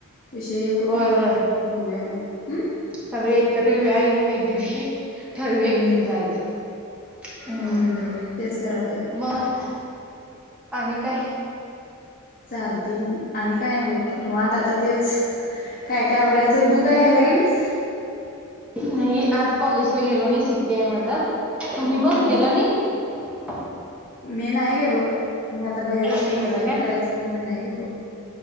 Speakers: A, on the left (about 45°); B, in the centre.
A: विषय करून
B: होय. होय.
A: बघूया मग हम्
B: सगळी एकत्र येऊया. येऊन एक दिवशी -- ठरवुया
A: हम्म
B: कुठं जायचं. हम्
A: हम्म तेच करायला पाहिजे
B: मग. आणि काय?
A: चालतय कि आणि काय नाही बघ, निवांत आता तेच. काय काय आवरायचं
B: हम्म
A: तू काय हेला गेलि नाहिस.
B: नाही आज कॉलेजला गेलो नाही सुट्टी हाय माझं. तुम्ही
A: हा
B: मग
A: हा
B: गेला नाही.
A: मी नाही गेलो. मी आता बाहेरच
B: नाही
A: कुठ
B: गेला
A: तर हे
B: काय
A: करायच. म्हणुन नाही गेलो.